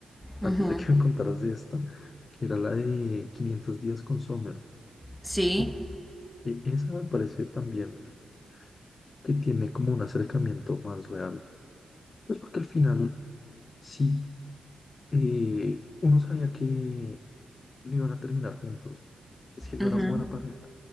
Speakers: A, on the left (about 35°); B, in the centre.
A: antes
B: Ujú.
A: de que me contaras de esta, que era la de quinientos días con Summer.
B: Sí.
A: O- e- Esa me parece también que tiene como un acercamiento más real. Pues porque al final sí, eh, uno sabía que no iban a terminar juntos. Es que no
B: Ujú.
A: eran buena pareja,